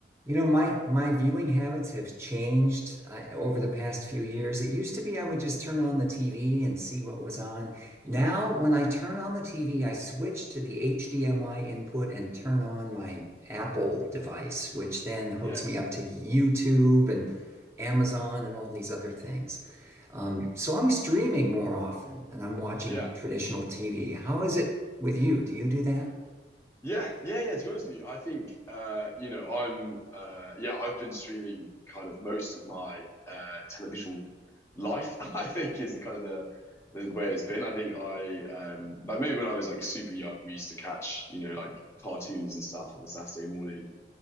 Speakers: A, on the right; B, on the left.
A: You know, my my viewing habits have changed I, over the past few years. It used to be I would just turn on the TV and see what was on. Now, when I turn on the TV, I switch to the HDMI input and turn on my Apple device, which then hooks
B: Yes.
A: me up to YouTube and Amazon and all these other things. Um, so I'm streaming more often and I'm watching
B: Yeah.
A: traditional TV. How is it with you? Do you do that?
B: Yeah. Yeah. Yeah. To be honest with you, I think uh, you know, I'm uh yeah, I've been streaming kind of most of my uh televisual life, <laughs> I think is the kind of the the way it's been. I think I um like maybe when I was like super young, we used to catch, you know, like cartoons and stuff on a Saturday morning.